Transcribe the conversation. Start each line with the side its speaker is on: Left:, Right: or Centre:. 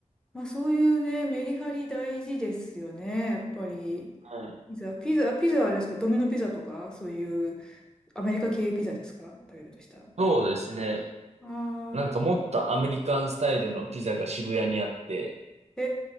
Centre: まあそういうね、メリハリ大事ですよね、やっぱり。
Right: はい。
Centre: ピザ、ピザ、ピザはあれですか、ドミノピザとか、そういうアメリカ系ピザですか、食べるとしたら。
Right: そうですね。
Centre: ああ、
Right: なんかもっとアメリカンスタイルのピザが渋谷にあって、
Centre: へ